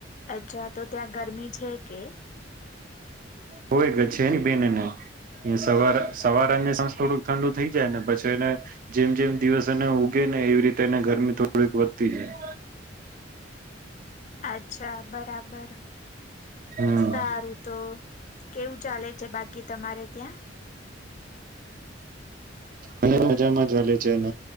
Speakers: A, on the left (about 40°); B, on the right (about 45°).
A: અચ્છા તો ત્યાં ગરમી છે કે
B: હોય ગ છે એની બેનને સવાર સવાર સાસ થોડુંક ઠંડુ થઈ જાય ને પછી એને જેમ જેમ દિવસ એને ઉગે એવી રીતે એને ગરમી થોડીક વધતી જાય
A: <inaudible> અચ્છા બરાબર
B: હમ
A: સારું તો કેવું ચાલે છે બાકી તમારે ત્યાં? <inaudible>
B: અને મજામાં જાલે છે ન.